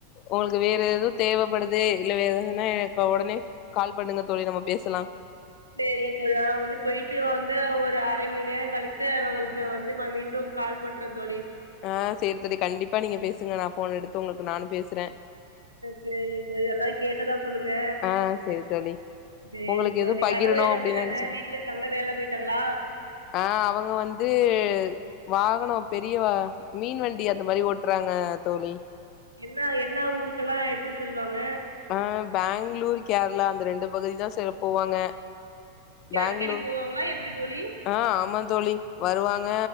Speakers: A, on the left (about 40°); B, on the right (about 85°).
A: உங்களுக்கு
B: ஆ
A: வேற எதுவும் தேவப் ப்படுது இல்ல வேற ஏதுன்னா எனக்கு உடனே கால் பண்ணுங்க தோழி நம்ம பேசலாம்
B: சேரிங்க தோழி நான் வந்து போயிட்டு வந்து ஒரு அரை மணி நேரம் கழித்து உங்களுக்கு வந்து மீண்டும் கால் பண்றேன் தோழி
A: ஆஹ் சேரி சேரி கண்டிப்பா நீங்க பேசுங்க நான் போன் எடுத்து உங்களுக்கு நானும் பேசுறேன்
B: சேரிங்க தோழி எல்லாம் கேட்டதா சொல்லுங்க
A: ஆஹ் சரி தோழி
B: சேரி
A: உங்களுக்கு
B: தோழி
A: எதுவும் பகிரணும்
B: கணவர் என்ன
A: அப்படின்
B: செய்றாங்க
A: நெனச்ச
B: வீட்ல இருக்காங்களா வேல போயிட்டாங்களா
A: ஆஹ் அவங்க வந்து வாகனம் பெரியவா மீன் வண்டி அந்த மாரி ஓட்டுறாங்க தோழி
B: என்ன என்ன ஊருக்கெல்லாம் எடுத்து செல்வாங்க
A: அஹ் பெங்களூர் கேரளா அந்த ரெண்டு பகுதி தான் சில போவாங்க பேங்ளூர்
B: அடிக்கடி போவாங்களா எப்படி தோழி
A: ஆ ஆமா தோழி வருவாங்க